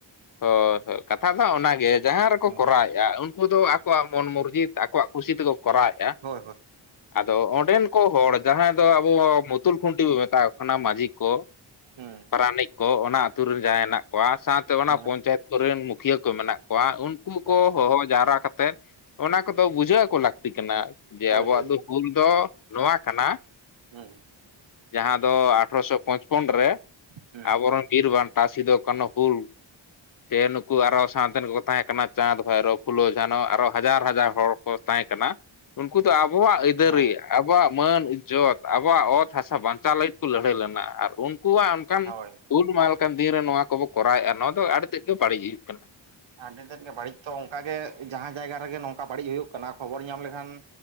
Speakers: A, on the left (about 45°); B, on the right (about 75°).
A: ᱦᱳᱭ ᱦᱳᱭ ᱠᱟᱛᱷᱟ ᱫᱚ ᱚᱱᱟᱜᱮ ᱡᱟᱦᱟᱸ ᱨᱮᱠᱚ
B: ᱦᱮᱸ
A: ᱠᱚᱨᱟᱣᱮᱫᱼᱟ ᱩᱱ ᱩᱱᱠᱩ ᱫᱚ ᱟᱠᱚᱣᱟᱜ ᱢᱚᱱ ᱢᱩᱨᱡᱤᱛ ᱟᱠᱚᱣᱟᱜ ᱠᱩᱥᱤ ᱛᱮᱠᱚ ᱠᱚᱨᱟᱣᱮᱫᱼᱟ᱾
B: ᱦᱳᱭ ᱦᱳᱭ
A: ᱟᱫᱚ ᱚᱸᱰᱮᱱ ᱠᱚ ᱦᱚᱲ ᱡᱟᱦᱟᱸᱭ ᱫᱚ ᱟᱵᱚ ᱢᱩᱛᱩᱞ ᱠᱷᱩᱱᱴᱤ ᱵᱚ ᱢᱮᱛᱣᱟ ᱚᱱᱟ ᱢᱟᱺᱡᱷᱤ ᱠᱚ,
B: ᱦᱩᱸ
A: ᱯᱟᱨᱟᱱᱤᱠ ᱠᱚ, ᱚᱱᱟ ᱟᱛᱳ ᱨᱮᱱ ᱡᱟᱦᱟᱸᱭ ᱦᱮᱱᱟᱜ ᱠᱚᱣᱟ ᱾ ᱥᱟᱶᱛᱮ ᱚᱱᱟ
B: ᱦᱮᱸ
A: ᱯᱧᱪᱟᱭᱮᱛ ᱠᱚᱨᱮᱱ ᱢᱩᱠᱷᱤᱭᱟᱹ ᱠᱚ ᱢᱮᱱᱟᱜ ᱠᱚᱣᱟ ᱾ ᱩᱱᱠᱩ
B: ᱦᱮᱸ
A: ᱠᱚ ᱦᱚᱦᱚ ᱡᱟᱣᱨᱟ ᱠᱟ ᱠᱟᱛᱮᱫ ᱾ ᱚᱱᱟ ᱠᱚᱫᱚ ᱵᱩᱡᱷᱟᱹᱣ ᱟᱠᱚ ᱞᱟᱹᱠᱛᱤ ᱠᱟᱱᱟ ᱾ ᱡᱮ
B: ᱦᱳᱭ
A: ᱟᱵᱚᱣᱟᱜ
B: ᱦᱳᱭ
A: ᱫᱚ ᱦᱩᱞ ᱫᱚ ᱱᱚᱣᱟ ᱠᱟᱱᱟ ᱾
B: ᱦᱩᱸ
A: ᱡᱟᱦᱟᱸ ᱫᱚ ᱟᱴᱷᱨᱚᱥᱚ ᱯᱚᱪᱯᱚᱱ ᱨᱮ ᱾
B: ᱦᱩᱸ
A: ᱟᱵᱚᱨᱮᱱ ᱵᱤᱨ ᱵᱟᱱᱴᱟ ᱥᱤᱫᱩ ᱠᱟᱱᱩ ᱦᱩᱞ ᱥᱮ ᱱᱩᱠᱩ ᱟᱨᱚ ᱥᱟᱶᱛᱮ ᱠᱚᱠᱚ ᱛᱟᱦᱮᱸ ᱠᱟᱱᱟ ᱪᱟᱸᱫᱽ ᱵᱷᱟᱭᱨᱳ, ᱯᱷᱩᱞᱳ ᱡᱷᱟᱱᱚ, ᱟᱨ ᱦᱚᱸ ᱦᱟᱡᱟᱨ ᱦᱟᱡᱟᱨ ᱦᱚᱲ ᱺ ᱛᱟᱦᱮᱸ ᱠᱟᱱᱟ ᱩᱱᱠᱩ ᱫᱚ ᱟᱵᱚᱣᱟᱜ ᱟᱹᱭᱫᱟᱹᱨᱤ
B: ᱦᱮᱸ
A: ᱟᱵᱚᱣᱟᱜ ᱢᱟᱹᱱ ᱤᱡᱽᱡᱚᱛ ᱟᱵᱚᱣᱟᱜ ᱚᱛ ᱦᱟᱥᱟ ᱵᱟᱧᱪᱟᱣ ᱞᱟᱹᱜᱤᱫ ᱠᱚ ᱞᱟᱹᱲᱦᱟᱹᱭ ᱞᱮᱱᱟ ᱾ ᱟᱨ ᱩᱱᱠᱩᱣᱟᱜ ᱚᱱᱠᱟᱱ
B: ᱦᱳᱭ
A: ᱩᱞ ᱢᱟᱦ ᱞᱮᱠᱟᱱ ᱫᱤᱱ ᱨᱮ ᱱᱚᱣᱟ ᱠᱚᱵᱚ ᱠᱚᱨᱟᱣᱮᱫᱼᱟ ᱱᱚᱣᱟ ᱫᱚ ᱟᱹᱰᱤ ᱛᱮᱫ ᱜᱮ ᱵᱟᱹᱲᱤᱡ ᱦᱩᱭᱩᱜ ᱠᱟᱱᱟ᱾
B: ᱟᱹᱰᱤ ᱛᱮᱫ ᱜᱮ ᱵᱟᱹᱲᱤᱡ ᱛᱚ ᱚᱱᱠᱟᱜᱮ ᱡᱟᱦᱟᱸ ᱡᱟᱭᱜᱟ ᱨᱮᱜᱮ ᱱᱚᱝᱠᱟ ᱵᱟᱹᱲᱤᱡ ᱦᱩᱭᱩᱜ ᱠᱟᱱᱟ ᱾ ᱠᱷᱚᱵᱚᱨ ᱧᱟᱢ ᱞᱮᱠᱷᱟᱱ